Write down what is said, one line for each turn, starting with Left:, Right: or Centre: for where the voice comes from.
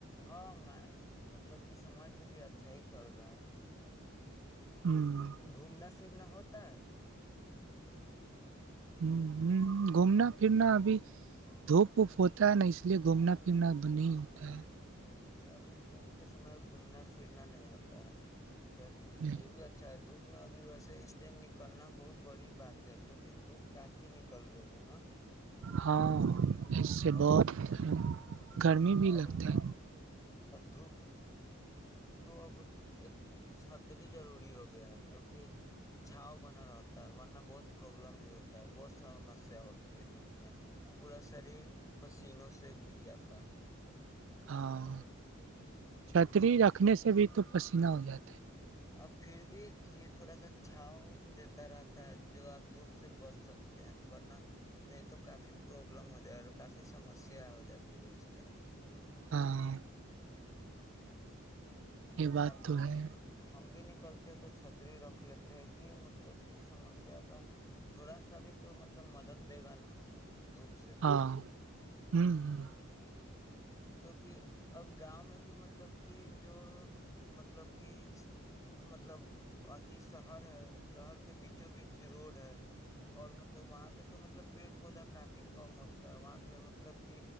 Left: ہاں میں مطلب کہ سمجھ لیجیے اچھا ہی چل رہا ہے
Right: ہ ہ ہ
Left: گھومنا پھرنا ہوتا
Right: ہ ہ گھومنا پھرنا ابھی دھوپ ووپ ہوتا ہے نا اس لیے گھومنا پھرنا اب نہیں ہوتا ہے
Left: اچھا ابھی دھوپ کے سمے گھومنا پھرنا نہیں ہوتا ہے چلیے
Right: ہے
Left: یہ بھی اچھا ہے دھوپ میں ابھی ویسے ٹائم نکلنا بہت بڑی بات ہے کیونکہ دھوپ کافی نکل رہی ہے نا
Right: ہاں اس سے
Left: اور
Right: بہت
Left: مت
Right: ہے گرمی بھی
Left: ا
Right: لگتا
Left: م تو اب ایک چھت ہی ضروری ہو گیا ہے کیونکہ چھاؤ بنا رہت ورنہ بہت پروابلم بھی ہوتا ہے بہت س سمسیا ہوتی ہے دھوپ میں پورا شریر پسی تینوں سے بھگ جات
Right: ہاں چھتری رکھنے سے بھی تو پسینہ ہو جاتا
Left: اب پھر بھی یہ تھوڑا سا چھاؤ دیتا رہتا ہے جو آپ دھوپ سے بچ سکتے ہیں ورنہ نہیں تو کافی پروبلم ہو جائےا کافی سمسیا ہو جاتی تیی ہے اس طرح
Right: ہاں
Left: <inaudible>
Right: یہ بات
Left: آپ
Right: تو ہے
Left: ہم بھی نہیں کرتے ہیں تو چھتری رکھ لیتے ہیں کہ مطلب کہ سمسیا کا تھوڑا سا بھی تو مطلب مدد دے گا نا دھوپ سے
Right: ہاں ہوں
Left: کیونکہ اب گاؤں میں اب مطلب کہ جو مطلب کہ مطلب اھی شہر ہے شہر کے بیچوں بیچ روڈ ہے اور مطلب وہاں پہ تو مطلب پیڑ پودا کافی کم ہوتا ہے وہاں پہ مطلب کہ